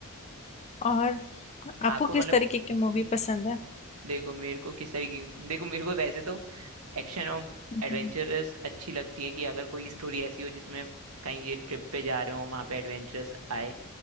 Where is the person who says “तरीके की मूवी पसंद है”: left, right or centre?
Left